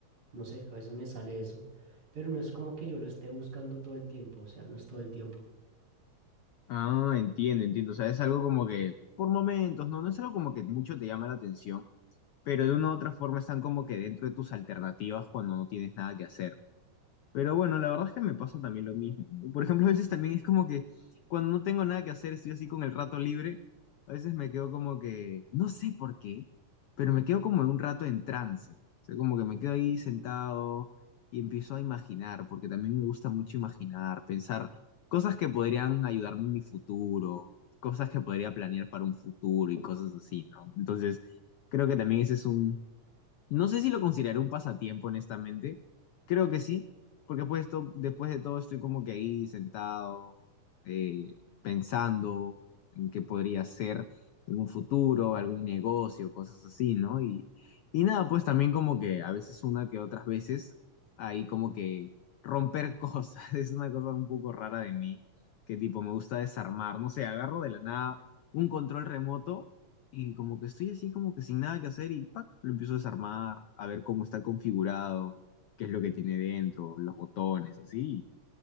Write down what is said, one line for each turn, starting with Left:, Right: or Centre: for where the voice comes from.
Right: No sé, a veces me sale eso, pero no es como que yo lo esté buscando todo el tiempo, o sea, no es todo el tiempo.
Left: Ah, entiendo, entiendo, o sea, es algo como que por momentos, ¿no? No es algo como que mucho te llama la atención. Pero de una u otra forma están como que dentro de tus alternativas cuando no tienes nada que hacer. Pero bueno, la verdad es que me pasa también lo mismo, ¿no? Por ejemplo, a veces también es como que cuando no tengo nada que hacer, estoy así con el rato libre, a veces me quedo como que, no sé por qué, pero me quedo como un rato en trance. O sea, como que me quedo ahí sentado y empiezo a imaginar, porque también me gusta mucho imaginar, pensar cosas que podrían ayudarme en mi futuro, cosas que podría planear para un futuro y cosas así, ¿no? Entonces, creo que también ese es no sé si lo consideraré un pasatiempo, honestamente. Creo que sí, porque pues esto- después de todo estoy como que ahí sentado, eh, pensando en qué podría ser en un futuro, algún negocio, cosas así, ¿no? Y, y nada, pues también como que a veces una que otras veces, ahí como que romper cosas, <laughs> es una cosa un poco rara de mí, que tipo me gusta desarmar, no sé, agarro de la nada un control remoto y como que estoy así, como que sin nada que hacer y ¡pac! lo empiezo a desarmar, a ver cómo está configurado, qué es lo que tiene dentro, los botones, así.